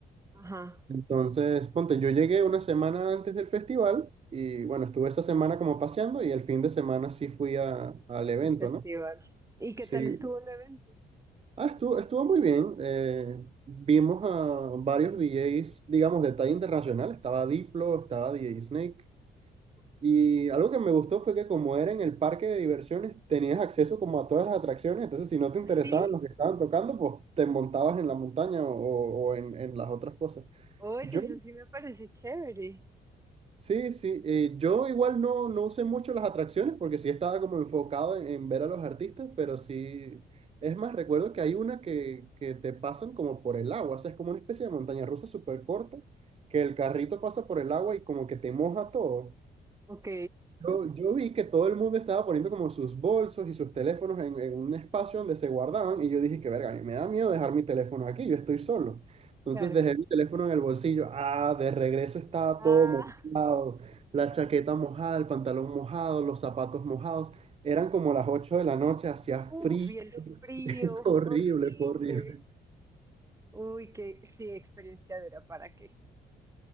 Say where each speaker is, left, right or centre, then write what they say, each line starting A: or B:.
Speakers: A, on the right; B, on the right.
A: Ajá,
B: Entonces, ponte, yo llegué una semana antes del festival y bueno, estuve esa semana como paseando y el fin de semana sí fui a- al evento,
A: el festival.
B: ¿no?
A: ¿Y qué
B: Sí,
A: tal estuvo el evento?
B: ah, estuvo, estuvo muy bien. eh, vimos a varios DJs, digamos, de talla internacional. Estaba Diplo, estaba DJ Snake.
A: Ajá.
B: Y algo que me gustó fue que como era en el parque de diversiones, tenías acceso como a todas las atracciones. Entonces, si no te
A: ¿Ah,
B: interesaban
A: sí?
B: los que estaban tocando, pues te montabas en la montaña o, o en, en las otras cosas.
A: Oye,
B: Yo
A: eso sí me parece chévere.
B: Sí, sí, eh, yo igual no, no usé mucho las atracciones porque sí estaba como enfocado en, en ver a los artistas, pero sí, es más, recuerdo que hay una que, que te pasan como por el agua, o sea, es como una especie de montaña rusa súper corta, que el carrito pasa por el agua y como que te moja todo.
A: Ok,
B: Yo, yo vi que todo el mundo estaba poniendo como sus bolsos y sus teléfonos en, en un espacio donde se guardaban y yo dije que verga, a mí me da miedo dejar mi teléfono aquí, yo estoy solo. Entonces
A: <laughs> claro.
B: dejé mi teléfono en el bolsillo, ah, de regreso estaba
A: Ah,
B: todo mojado, la chaqueta mojada, el pantalón mojado, los zapatos mojados. Eran como las 8 de la noche, hacía
A: uff,
B: frío,
A: y el frío,
B: <laughs> fue horrible,
A: horrible.
B: fue horrible.
A: Uy, qué sí, experienciadora, ¿para qué?